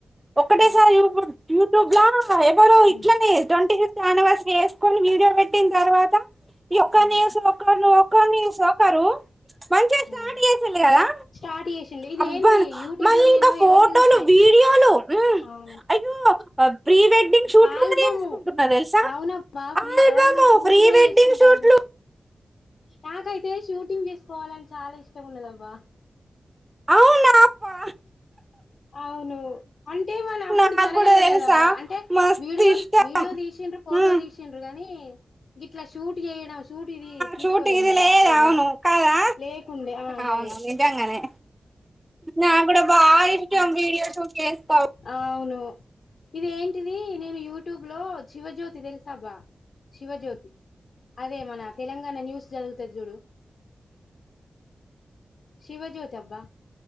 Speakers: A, on the right; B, on the left.
A: ఒకటేసారి
B: ఉమ్
A: యూట్యూబ్లా ఎవరో ఇట్లనే
B: ఉమ్
A: ట్వంటీ ఫిఫ్ తాను వస వేసుకొని వీడియో పెట్టిన తర్వాత ఇ ఒక్కనింసాం
B: ఆ
A: ఒకమానవో కానీ సోకారు మంచిగా స్టార్ట్
B: ఉమ్
A: చేసిడు కదా
B: స్టార్ట్ చేసిండు ఇది
A: అబ్బా
B: ఏంది యూట్యూబ్
A: మళ్ళీ
B: లో నేను
A: ఇంకా ఫోటోలు
B: ఎవరిది చూసినాయి
A: వీడియోలు
B: అవును
A: అయ్యో ప్రీ వెడ్డింగ్ షూట్లోనే
B: ఆల్బము
A: ఎస్కుకుంటున్నారు తెల్సాల్
B: అవునబ్బా ఫ్రీ
A: అవేకాదు
B: అవును షూట్
A: ప్రీ
B: కూడా
A: వెడ్ంగ్
B: చేసుకుంటారు
A: షూట్లు
B: నాకైతే షూటింగ్ చేసుకోవాలని చాలా ఇష్టం ఉండదబ్బా
A: అవునా అబ్బా
B: అవును అంటే మన అప్పుడు
A: నాకు
B: జరగలేదు
A: కూడా తెలుసా
B: కదబ్బా అంటే
A: మస్తు
B: వీడియోల్
A: ఇష్టం
B: వీడియో తీస ఫోటో
A: ఉమ్
B: తీస షిండ్రు గాని ఇట్లా షూట్ చేయడం షూట్ ఇది తీసుకోలేం
A: షూట్ంగ్ ఇదిలే
B: కదా
A: ఏద
B: ఇక
A: అవును కదా
B: లేకుండే ఆ
A: అవును
B: గదే
A: నిజంగానే నాగూడ బా ఇష్టం వీడియో షూట్ చేస్తా
B: అవును ఇది ఏంటిది నేను యూట్యూబ్ లో శివజ్యోతి తెల్సబ్బా శివజ్యోతి అదే మన తెలంగాణ న్యూస్ జాదువుతాది జూడు శివజ్యోతబ్బా